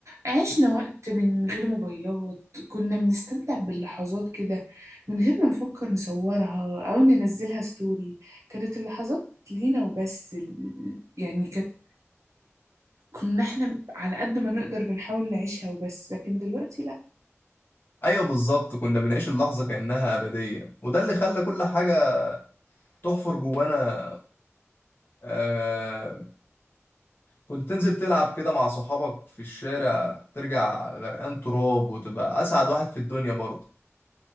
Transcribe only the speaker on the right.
عشنا وقت من غير موبايلات كنا بنستمتع باللحظات كده من غير ما نفكر نصورها أو ننزلها ستوري كانت اللحظات لينا وبس ال- يعني كانت كنا احنا على قد ما نقدر بنحاول نعيشها وبس لكن دلوقتي لأ